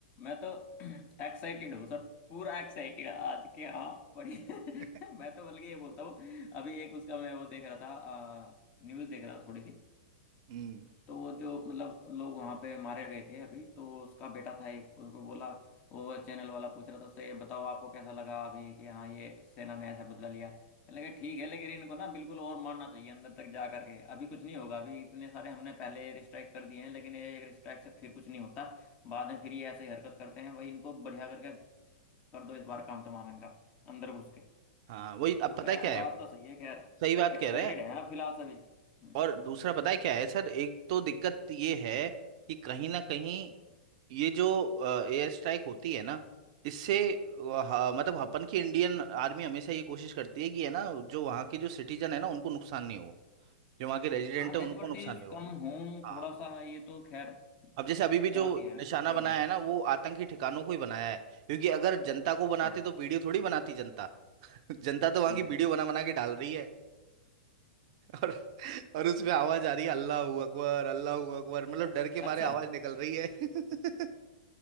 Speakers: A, on the left; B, on the right.
A: मैं तो <clears throat> एक्साइटेड हूँ सर पूरा एक्साइटेड आज के हाँ बड़ी
B: <laughs>
A: <laughs> मैं तो बल्कि ये बोलता हूँ अभी एक उसका मैं वो देख रहा था न्यूज़ देख रहा था थोड़ी सी
B: हम्म
A: तो वो जो मतलब लोग वहां पे मारे गए थे अभी तो उसका बेटा था एक उसको बोला वो चैनल वाला पूछ रहा था उससे ये बताओ आपको कैसा लगा अभी कि हाँ ये सेना ने ऐसा बदला लिया कहने लगे ठीक है लेकिन इनको ना बिल्कुल और मारना चाहिए अंदर तक जा करके अभी कुछ नहीं होगा अभी इतने सारे हमने पहले स्ट्राइक कर दिए हैं लेकिन ये एक स्ट्राइक से फिर कुछ नहीं होता बाद में फिर ये ऐसे ही हरकत करते हैं भाई इनको बढ़िया करके कर दो इस बार काम तमाम इनका अंदर घुस के
B: हाँ
A: तो
B: वही अब
A: मैं
B: पता
A: कहा, यार
B: है क्या
A: बात
B: है
A: तो सही है खैर
B: सही बात
A: एक्साइटेड
B: कह रहे हैं
A: है फिलहाल सभी हम्म
B: और दूसरा पता है क्या है सर एक तो दिक्कत ये है कि कहीं ना कहीं ये जो एयर स्ट्राइक होती है ना इससे अ, हा- मतलब अपन की इंडियन आर्मी हमेशा ये कोशिश करती है कि है ना जो वहाँ के जो सिटीजन है ना उनको नुकसान नहीं हो जो वहाँ के रेजिडेंट
A: हाँ
B: है
A: कैजुअलिटीज
B: उनको नुकसान नहीं हो
A: कम हों
B: हाँ
A: थोड़ा सा ये तो खैर
B: अब जैसे अभी भी जो
A: चाहती है
B: निशाना
A: कोई
B: बनाया
A: भी
B: है ना वो आतंकी ठिकानों को ही बनाया है क्योंकि अगर जनता को बनाते
A: हाँ
B: तो वीडियो थोड़ी बनाती जनता <laughs> जनता तो वहाँ
A: हम्म
B: की वीडियो बना बना के डाल रही और और उसमें आवाज आ रही है अल्लाह हू अकबर अल्लाह हू अकबर मतलब डर के
A: अच्छा
B: मारे आवाज
A: <laughs>
B: निकल रही है <laughs>